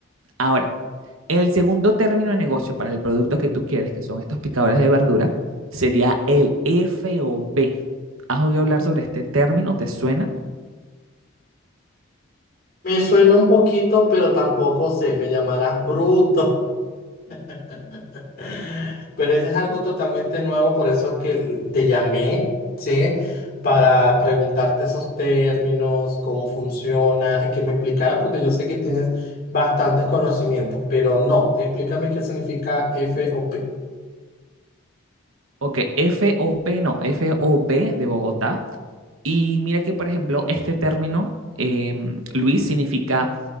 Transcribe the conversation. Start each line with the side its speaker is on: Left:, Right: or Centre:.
Right: Ahora, el segundo término de negocio para el producto que tú quieres, que son estos picadores de verdura, sería el FOB. ¿Has oído hablar sobre este término? ¿Te suena?
Left: Me suena un poquito, pero tampoco sé, me llamarás bruto. <laughs> Pero ese es algo totalmente nuevo, por eso es que te llamé, ¿sí? Para preguntarte esos términos, cómo funciona y que me explicara, porque yo sé que tienes bastantes conocimientos, pero no, explícame qué significa FOP.
Right: Ok, FOP no, FOB de Bogotá. Y mira que, por ejemplo, este término, em, Luis, significa